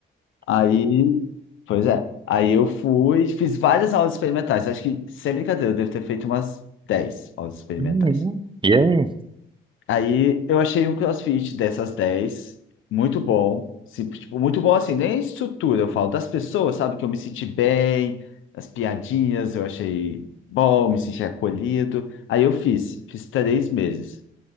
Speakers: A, on the left; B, on the right.
A: Aí, pois é. Aí eu fui, fiz várias aulas experimentais. Acho que, sem brincadeira, eu devo ter feito umas 10 aulas experimentais.
B: Uhum. E aí?
A: Aí eu achei um CrossFit dessas 10 muito bom. Sim, tipo, muito bom assim, nem estrutura, eu falo das pessoas, sabe? Que eu me senti bem, as piadinhas, eu achei bom, me senti acolhido. Aí eu fiz, fiz três meses.